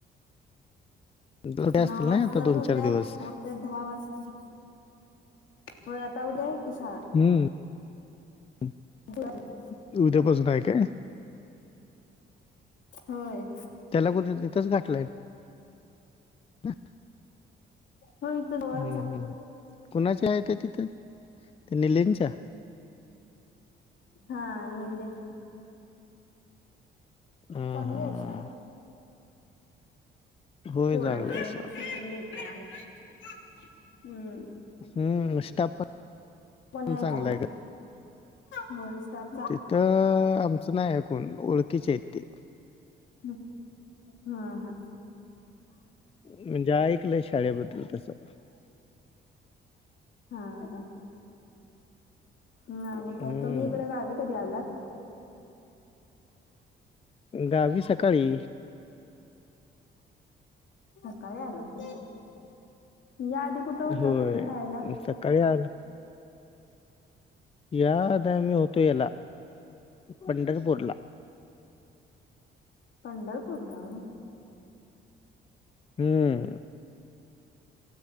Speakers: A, on the left; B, on the left.
A: सुट्ट्या
B: नऊ
A: असतील
B: वाजता
A: ना आता
B: झोप्यात
A: दिवस?
B: उठ ते दहा वाजता, हो आता उद्या आहे कि शाळा.
A: हम्म, <unintelligible>
B: <unintelligible>
A: उद्यापासून आहे काय?
B: होय.
A: त्याला कुठं तिंथंच घाटलंय? <unintelligible>
B: होय जवळच
A: हम्म
B: आहे.
A: हम् कुणाच्या आहे त्या तिथे, त्या निलेंच्या?
B: हा निले.
A: हां,
B: चांगले
A: हां.
B: आहे शाळा.
A: होय,
B: पोरांकडे
A: चांगलं आहे श
B: लक्ष पण देतात, हम्म.
A: हम्म स्टाप पण
B: कोण्या
A: चांगला
B: ऐकतीत
A: आहे का?
B: होय स्टाप
A: तिथं, आमचं नाही हाय कोण. ओळखीचे आहेत ते.
B: हम हा हा.
A: म्हणजे ऐकलंय शाळेबद्दल तसं.
B: हा हा. ना आणि
A: हं,
B: काय तुम्ही इकडे गावी कधी आलात?
A: गावी सकाळी.
B: सकाळी आलात ना, या आधी कुठे होतात
A: होय,
B: तुम्ही राहायला?
A: सकाळी आलोय. या आधी आम्ही होतो, याला पंढरपूरला.
B: पंढरपूरला?
A: हम्म.